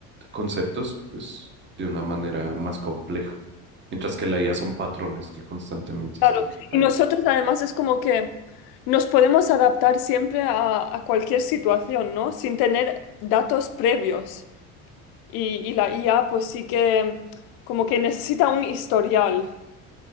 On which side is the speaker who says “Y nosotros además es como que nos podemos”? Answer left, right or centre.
Left